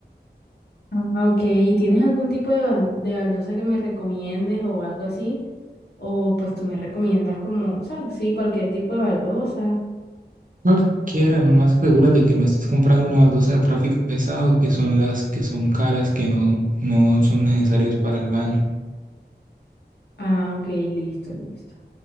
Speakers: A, on the left; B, on the right.
A: Ah, Ok, ¿y tienes algún tipo de, ban- de baldosa que me recomiendes o algo así? O pues tú me recomiendas como, o sea, sí, cualquier tipo de baldosa.
B: Cualquiera, nomás asegúrate que no estés comprando una baldosa de tráfico pesado, que son las que son caras, que no, no son necesarias para el baño.
A: Ah, ok, listo, listo.